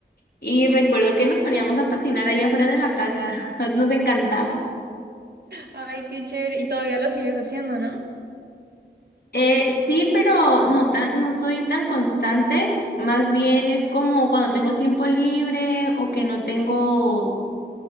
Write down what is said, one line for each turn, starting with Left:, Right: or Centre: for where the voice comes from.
Left: Y recuerdo
Right: sí.
Left: que nos poníamos a patinar ahí afuera de la casa, <laughs> nos encantaba.
Right: Ay, qué chévere. Y todavía lo sigues haciendo, ¿no?
Left: Eh, sí, pero no tan, no soy tan constante, más bien es como cuando tengo tiempo libre o que no tengo